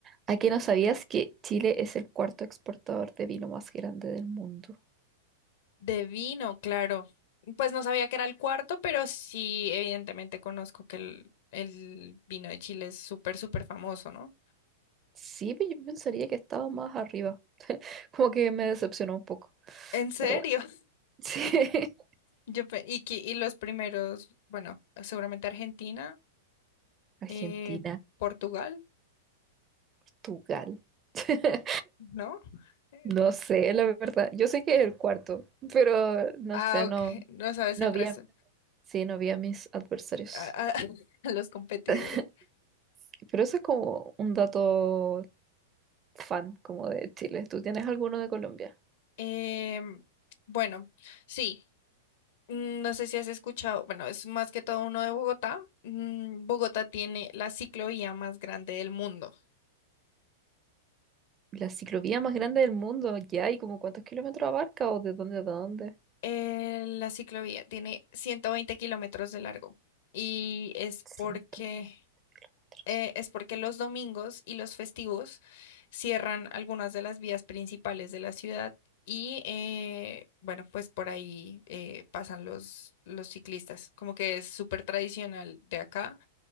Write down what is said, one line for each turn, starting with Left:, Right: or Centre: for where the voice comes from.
Right: ¿A qué no sabías que Chile es el cuarto exportador de vino más grande del mundo?
Left: De vino, claro. Pues no sabía que era el cuarto, pero sí, evidentemente conozco que el, el vino de Chile es súper, súper famoso, ¿no?
Right: Sí, pero yo pensaría que estaba más arriba. Como que me decepcionó un poco.
Left: En serio,
Right: Pero bueno,
Left: <laughs>
Right: <laughs> sí.
Left: yo pe- y, que- y los primeros, bueno, seguramente Argentina,
Right: Argentina,
Left: eh, Portugal,
Right: Portugal. <laughs>
Left: ¿no? Eh,
Right: No sé, la verdad. Yo sé que es el cuarto, pero no
Left: ah,
Right: sé,
Left: ok,
Right: no,
Left: no sabes
Right: no
Left: el
Right: vi
Left: resto,
Right: a, sí, no vi a mis adversarios.
Left: a, a- <laughs> a los competidores.
Right: <laughs> Pero eso es como un dato fan como de Chile. ¿Tú tienes alguno de Colombia?
Left: Em, bueno, sí. Mm, No sé si has escuchado, bueno, es más que todo uno de Bogotá. Mm, Bogotá tiene la ciclovía más grande del mundo.
Right: La ciclovía más grande del mundo, ya, ¿y como cuántos kilómetros abarca o de dónde a dónde?
Left: Eh, la ciclovía tiene 120 kilómetros de largo y es
Right: 120
Left: porque,
Right: metros.
Left: eh, es porque los domingos y los festivos cierran algunas de las vías principales de la ciudad y, eh, bueno, pues por ahí eh, pasan los, los ciclistas. Como que es súper tradicional de acá